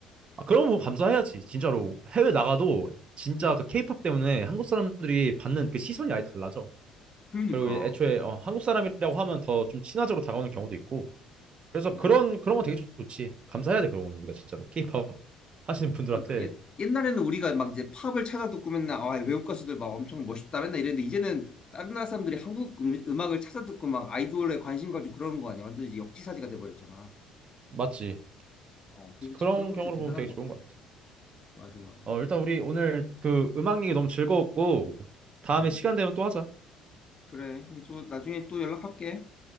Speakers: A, on the right (about 35°); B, on the left (about 30°).
A: 아 그런 거 감사해야지 진짜로 해외 나가도 진짜 그 케이팝 때문에 한국 사람들이 받는 그 시선이 아예 달라져
B: 그러니까.
A: 그리고 애초에 어, 한국 사람이라고 하면 더 좀 친화적으로 다가오는 경우도 있고 그래서
B: 맞아요.
A: 그런 그런 거 되게 좋지. 감사해야 돼 그런 건 우리가 진짜로. 케이팝 하시는 분들한테
B: 그러니까 옛, 옛날에는 우리가 막 이제 팝을 찾아 듣고 맨날 아, 외국 가수들 막 엄청 멋있다 맨날 이랬는데 이제는 다른 나라 사람들이 한국 음, 악을 찾아 듣고 막 아이돌에 관심 가지고 그러는 거 아니야? 완전 이제 역지사지가 돼버렸잖아.
A: 맞지.
B: 어, 그게
A: 그래서 그런
B: 참- 그런 거
A: 경우로
B: 진짜
A: 보면
B: 대단한
A: 되게
B: 것
A: 좋은
B: 같아.
A: 것 같아.
B: 맞아, 맞아.
A: 어 일단 우리 오늘 그 음악 얘기 너무 즐거웠고 다음에
B: 음.
A: 시간 되면 또 하자.
B: 그래, 저 나중에 또 연락할게.